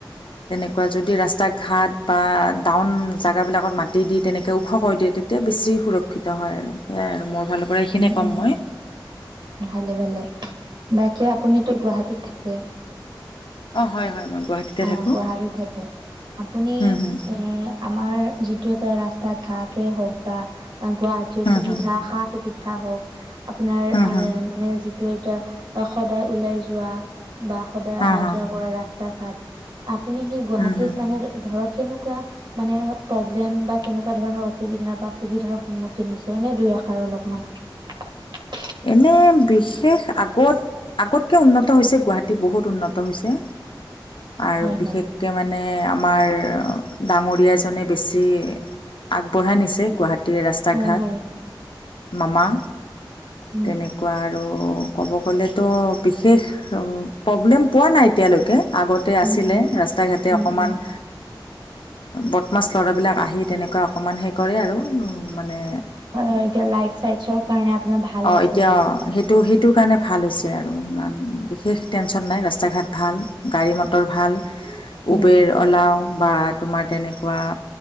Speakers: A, on the left (about 80°); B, on the right (about 65°).
A: তেনেকুৱা যদি ৰাস্তা ঘাট বা ডাউন জেগাবিলাকত মাটি দি তেনেকৈ ওখ কৰি দিয়ে তেতিয়া বেছি সুৰক্ষিত হয় আৰু সেয়াই আৰু মোৰ ফালৰ পৰা এইখিনিয়ে
B: উম
A: ক'ম
B: উম
A: মই
B: ভালে ভালে বাকী আপুনিতো গুৱাহাটীত থাকে
A: অহ, হয়- হয় মই গুৱাহাটীতে
B: অহ,
A: থাকোঁ
B: গুৱাহাটীত থাকে আপুনি
A: হু হু
B: এ আমাৰ যি এইটো এটা ৰাস্তা ঘাটেই হওক বা গুৱাহাটীৰ
A: হু
B: সুবিধা
A: হু
B: সা -সুবিধা হওক আপোনাৰ
A: হু
B: এ
A: হু
B: মানে যিটো এটা সদায় ওলাই যোৱা বা সদায় আহা
A: হা হা
B: যোৱা কৰা ৰাস্তা ঘাট আপুনি সেই গুৱাহাটীত
A: হম হম
B: মানে ধৰক কেনেকুৱা মানে প্ৰব্লেম বা কেনেকুৱা ধৰণৰ অসুবিধা বা সুবিধাৰ সন্মুখীন হৈছে এনে দুই আশাৰ অলপ উম <inaudible>
A: এনে বিশেষ আগত আগতকে উন্নত হৈছে গুৱাহাটী বহুত উন্নত হৈছে। আৰু
B: হয়
A: বিশেষকে
B: হয়
A: মানে আমাৰ ডাঙৰীয়াজনে বেছি আগবঢ়াই নিছে গুৱাহাটী তে ৰাস্তা-
B: হয়
A: ঘাট
B: হয়
A: মামা
B: উম
A: তেনেকুৱা আৰু ক'ব গ'লেতো বিশেষ প্ৰব্লেম পোৱা নাই এতিয়ালৈকে আগতে
B: উম
A: আছিলে
B: উম
A: ৰাস্তা -ঘাটে
B: উম
A: অকমান
B: উম
A: বদমাছ ল'ৰাবিলাক আহি তেনেকুৱা অকমান সেই কৰে আৰু মানে
B: হয়, এতিয়া লাইট -চাইটছৰ কাৰণে আপোনাৰ ভাল
A: অহ,
B: হৈছে
A: এতিয়া সেইটো -সেইটোৰ কাৰণে ভাল হৈছে আৰু সিমান বিশেষ টেনচন নাই ৰাস্তা- ঘাট ভাল গাড়ী -মটৰ ভাল
B: উম,
A: উবেৰ -অলাও বা তোমাৰ তেনেকুৱা